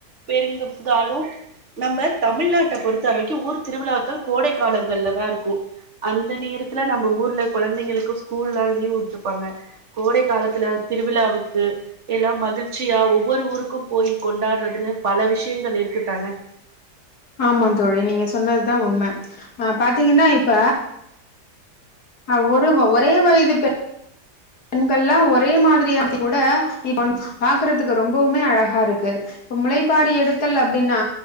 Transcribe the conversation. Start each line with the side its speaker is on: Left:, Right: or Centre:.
Right: பெருங்கந்தாலு நம்ப தமிழ்நாட்ட பொறுத்த இத்தனைக்கு ஊர் திருவிழாக்கள் கோடை காலங்கள்ல தா இருக்கு அந்த நேரத்துல நம்ம ஊர்ல கொழந்தைங்களுக்கு ஸ்கூல் க்ஷல்லா லீவ் உட்டுருப்பாங்க கோடை காலத்துல திருவிழாவுக்கு எல்லா மகிழ்ச்சியா ஒவ்வொரு ஊருக்கு போய் கொண்டாடுறதுன்னு பல விஷ்யங்கள் இருக்கு தான
Left: ஆமா தோழி நீங்க சொன்னது தா உண்ம ஆ பாத்தீங்கன்னா இப்ப அ ஒரு ஒரே வயது பெ பெண்கள்லா ஒரே மாதிரியா <inaudible> கூட இ <inaudible> பாக்கறதுக்கு ரொம்பவுமே அழகாருக்கு இப்ப முளைப்பாரி எடுத்தல் அப்டின்னா